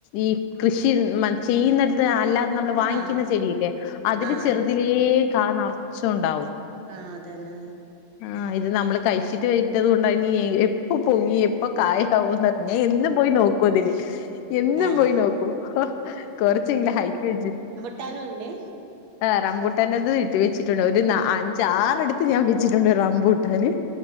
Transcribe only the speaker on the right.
ആഹ്
ആഹ്
ആഹ് അതെന്നെ
ആഹ്
ട്ടാനു ഒണ്ടേ